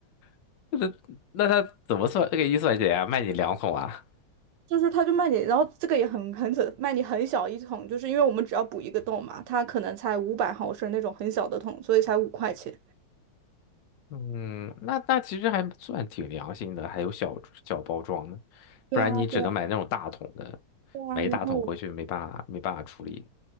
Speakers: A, on the left (about 75°); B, on the right (about 75°).
A: <laughs> 那那他怎么算给预算钱啊？卖你两桶啊？
B: 就是他就卖你，然后这个也很很扯，卖你很小一桶，就是因为我们只要补一个洞嘛，它可能才五百毫升那种很小的桶，所以才五块钱。
A: 嗯，那那其实还算挺良心的，还有小小包装的，
B: 对啊，
A: 不然你只能买那种大桶的，
B: 对啊，对啊，
A: 买一大桶回去没办法没办法处理。
B: 然后。